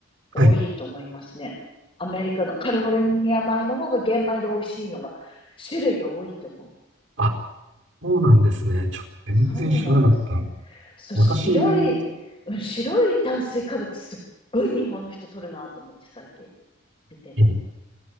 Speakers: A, on the right (about 80°); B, on the left (about 25°).
A: はい。
B: 多いと思いますね。アメリカのカリフォルニア米の方が玄米で美味しいのが、種類が多いと思
A: あ、そうなんですね。
B: う。
A: ちょっと全然知らなかった。
B: そうなんです。そう、
A: 私、
B: 白い、うん、白い炭水化物すっごい日本の人取るなと思って最近見てて。
A: <laughs> ええ